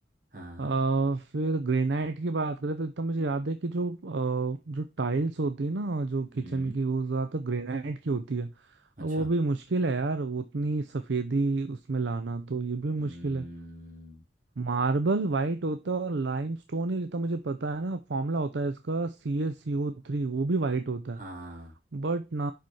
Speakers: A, on the right; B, on the right.
A: हाँ
B: आ, फिर ग्रेनाइट की बात करें तो इतना मुझे याद है कि जो अ, जो टाइल्स होती है ना जो किचन
A: हम्म
B: की वो ज्यादातर ग्रेनाइट की होती है
A: अच्छा
B: अब वो भी मुश्किल है यार वो उतनी सफेदी उसमें लाना तो ये भी मुश्किल
A: हम्म
B: है मार्बल वाइट होता है और लाइमस्टोन ही जितना मुझे पता है ना फॉर्मूला होता है इसका C S C O three वो भी वाइट होता
A: हाँ
B: है बट ना